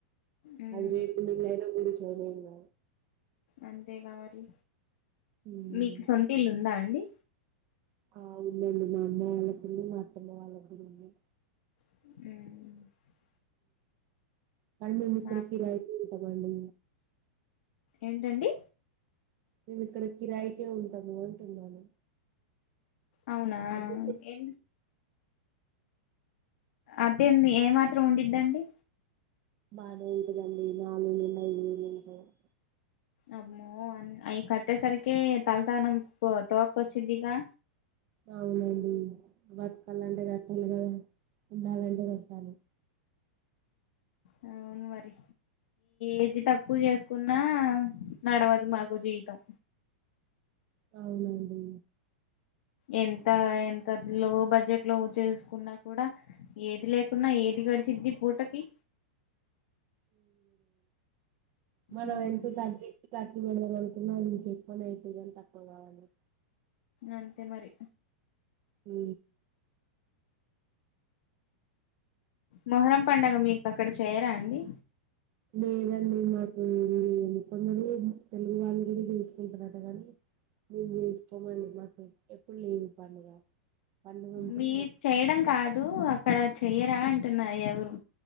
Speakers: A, on the left; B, on the right.
A: ఉమ్
B: అది రేకుల ఇళ్లైన గుడిసైన ఎమ్ కాదు
A: అంతేగా మరి
B: ఉమ్,
A: మీకు సొంటిల్లు ఉందా అండి
B: ఆ ఉందండి. మా అమ్మ వాళ్ళకుంది. మా అత్తమ్మ వాళ్ళకు ఉందండీ
A: ఉమ్
B: కానీ మేముపుడు
A: మా
B: కీరాయికుట్టమండి
A: ఏంటండి
B: మేము ఇక్కడ కిరాయికే ఉంటాము. అంటున్నాము.
A: అవునా
B: అది
A: ఎ అద్దె ఏమాత్రం ఉంటూద్దండి.
B: బాగా ఏం ఉండదండీ. నాలుగు వేలు ఐదు వేలు <unintelligible>
A: అబ్మో అయి కట్టేసరికి తలతానం తోక వచ్చిదిగా
B: అవునండి. బతకాలంటే కట్టాలి కదా ఉండాలంటే కట్టాలి.
A: ఆ అవును మరి ఏది తక్కువ చేసుకున్నా నడవదు మాకు జీవితం
B: అవునండి.
A: ఎంత ఎంత లో బడ్జెట్ లో చేసుకున్నా కూడా ఏది లేకున్నా ఏది గడిసిద్ది పూటకి
B: మనం
A: ఉమ్
B: ఎంత తగ్గి తక్కువ ఏదైనా అనుకున్న ఇక ఎక్కువనే అయితాయి. కానీ తక్కువ కావండి.
A: అంతే మరి
B: హ
A: మొహరం పండుగ మీకు అక్కడ చేయరా అండి.
B: లేదండి. మాకుకొందరు తెలుగు వాళ్ళు కూడా చేసుకుంటురాట కానీ మేమ్ చేస్కోమండి. మాకు ఎప్పుడు లేవు పండుగ పండగుంటె
A: మీ చేయడం కాదు అ అక్కడ చెయ్యరా అంటున్నా. ఎవరు